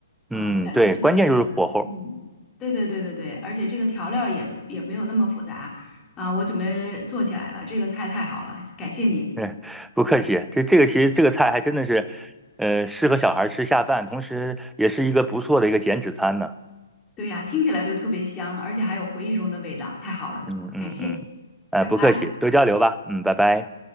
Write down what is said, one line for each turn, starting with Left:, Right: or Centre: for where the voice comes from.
Left: 啊、
Centre: 嗯，
Left: 我感觉这个，
Centre: 对，关键就是火候。
Left: 嗯，对对对对对，而且这个调料也也没有那么复杂，啊、我准备做起来了，这个菜太好了，感谢你。
Centre: 嗯，<laughs> 不客气，这这个其实这个菜还真的是，呃，适合小孩吃下饭，同时也是一个不错的一个减脂餐呢。
Left: 对呀，听起来就特别香，而且还有回忆中的味道，太好了，
Centre: 嗯嗯嗯，
Left: 感谢，
Centre: 呃，
Left: 拜拜。
Centre: 不客气，多交流吧，嗯，拜拜。